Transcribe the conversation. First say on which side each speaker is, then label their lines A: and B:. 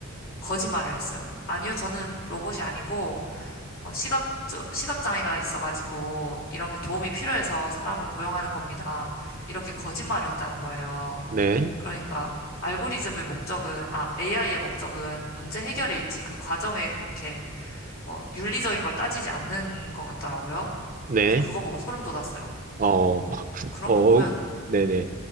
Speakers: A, on the left (about 75°); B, on the right (about 40°).
A: 거짓말을 했어요. 아니요, 저는 로봇이 아니고, 어, 시각, 시각장애가 있어가지고, 이런 게 도움이 필요해서 사람을 고용하는 겁니다. 이렇게 거짓말을 했다는 거예요.
B: 네,
A: 그러니까, 알고리즘의 목적은, 아, AI의 목적은 문제 해결에 있지, 그 과정에 그렇게 뭐 윤리적인 걸 따지지 않는 것 같더라고요.
B: 네,
A: 그래서 그거 보고 소름 돋았어요.
B: 어,
A: 그런
B: 어,
A: 거 보면
B: 네네,